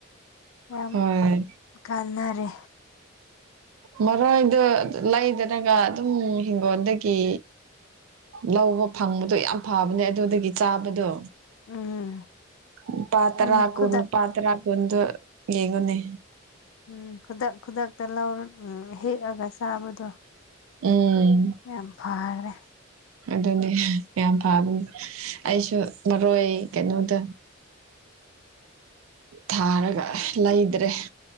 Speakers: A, on the left; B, on the right.
A: ꯌꯥꯝ
B: ꯍꯣꯏ
A: ꯀꯥꯟꯅꯔꯦ
B: ꯃꯔꯣꯏꯗ ꯂꯩꯗ꯭ꯔꯅꯒ ꯑꯗꯨꯝ ꯍꯤꯡꯒꯣꯜꯗꯒꯤ ꯂꯧꯕ ꯐꯪꯕꯗꯣ ꯌꯥꯝ ꯐꯕꯅꯦ ꯑꯗꯨꯗꯒꯤ ꯆꯥꯕꯗꯣ
A: ꯎꯝ
B: ꯂꯨꯄꯥ ꯇ꯭ꯔ
A: ꯑꯗꯨꯅꯤ ꯈꯨꯗꯛ
B: ꯀꯨꯟ ꯂꯨꯄꯥ ꯇ꯭ꯔ ꯀꯨꯟꯗꯣ ꯌꯦꯡꯉꯣꯅꯦ
A: ꯎꯝ ꯈꯨꯗꯛ ꯈꯨꯗꯛ ꯇꯂꯧꯔ ꯎꯝ ꯍꯦꯛꯑꯒ ꯆꯥꯕꯗꯣ
B: ꯎꯝ
A: ꯌꯥꯝ ꯐꯔꯦ
B: ꯑꯗꯨꯅꯤ ꯌꯥꯝ ꯐꯕꯅꯦ ꯑꯩꯁꯨ ꯃꯔꯣꯏ ꯀꯩꯅꯣꯗ ꯊꯥꯔꯒ ꯂꯩꯗ꯭ꯔꯦ